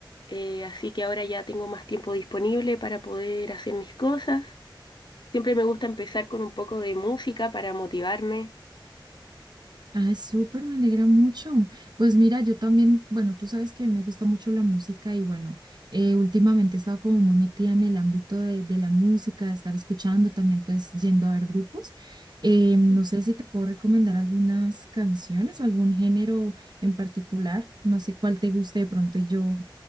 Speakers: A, on the left (about 60°); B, on the right (about 55°).
A: eh, así que ahora ya tengo más tiempo disponible para poder hacer mis cosas. Siempre me gusta empezar con un poco de música para motivarme.
B: Ah, súper, me alegra mucho. Pues mira, yo también, bueno, tú sabes que me gusta mucho la música y bueno, eh, últimamente he estado como muy metida en el ámbito de, de la música, de estar escuchando, también pues yendo a ver grupos. Eh,
A: Ujú.
B: no sé si te puedo recomendar algunas canciones o algún género en particular, no sé cuál te guste de pronto y yo